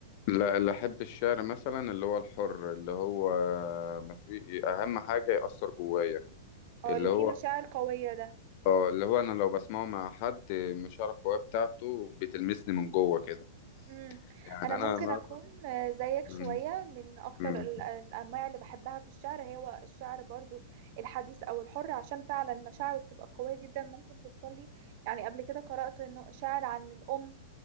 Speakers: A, on the left (about 50°); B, on the right (about 50°).
A: لا اللي أحب الشعر مثلا اللي هو الحر اللي هو ما في أهم حاجة يأثر جوايا
B: اه
A: اللي
B: اللي فيه
A: هو
B: مشاعر قوية ده
A: اه اللي هو أنا لو بسمعه مع حد من الشعر القوية بتاعته بتلمسني من جوه كده
B: امم
A: يعني
B: انا
A: أنا
B: ممكن
A: مرة
B: اكون آه، زيك
A: مم.
B: شوية من اكتر
A: مم.
B: ال- الانواع اللي بحبها في الشعر هو الشعر برضو الحديث او الحر عشان فعلا مشاعره بتبقى قوية جدا ممكن توصل لي يعني قبل كده قرأت انه شعر عن الام